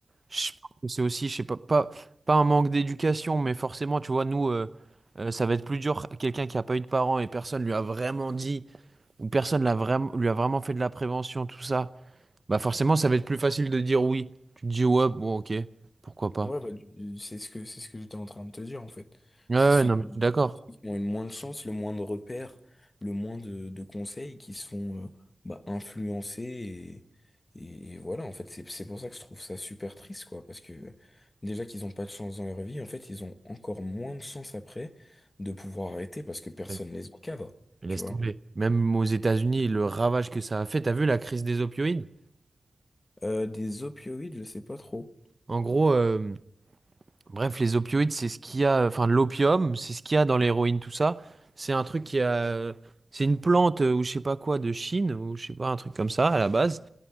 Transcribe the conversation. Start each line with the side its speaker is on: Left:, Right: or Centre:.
Right: je pense que c'est aussi, je sais pas, pas, pas un manque d'éducation, mais forcément, tu vois, nous, euh, euh, ça va être plus dur. Quelqu'un qui a pas eu de parents et personne lui a vraiment dit, ou personne l'a vraiment, lui a vraiment fait de la prévention, tout ça, bah forcément, ça va être plus facile de dire oui. Tu te dis, ouais, bon, ok, pourquoi pas.
Left: Ouais, bah, du- c'est ce que, c'est ce que j'étais en train de te dire, en fait.
Right: Ouais,
Left: C'est
Right: ouais, non,
Left: ceux qui,
Right: mais je suis d'accord.
Left: ceux qui ont le moins de chance, le moins de repères, le moins de, de conseils qui sont euh, bah, influencés et, et, et voilà, en fait, c'est, c'est pour ça que je trouve ça super triste, quoi, parce que déjà qu'ils ont pas de chance dans leur vie, en fait, ils ont encore moins de chance après de pouvoir arrêter parce que personne
Right: Ouais.
Left: les encadre,
Right: Mais
Left: tu
Right: Laisse
Left: vois.
Right: tomber. Même aux États-Unis, le ravage que ça a fait, t'as vu la crise des opioïdes?
Left: Euh, des opioïdes, je sais pas trop.
Right: En gros, euh, bref, les opioïdes, c'est ce qu'il y a, enfin l'opium, c'est ce qu'il y a dans l'héroïne, tout ça. C'est un truc qui a, c'est une plante euh, ou je sais pas quoi de Chine ou je sais pas un truc comme ça à la base.